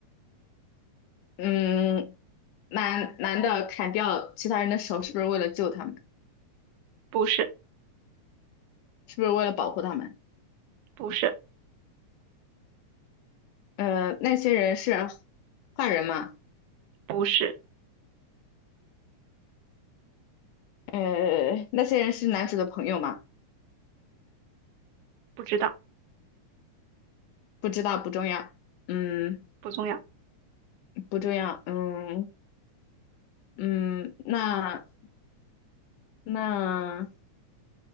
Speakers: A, on the left; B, on the right.
A: 嗯，男男的砍掉其他人的手，是不是为了救他们？
B: 不是，
A: 是不是为了保护他们？
B: 不是，
A: 呃，那些人是坏人吗？
B: 不是，
A: 呃，那些人是男主的朋友吗？
B: 不知道，
A: 不知道，不重要。嗯，
B: 不重要，
A: 不重要。嗯嗯，那那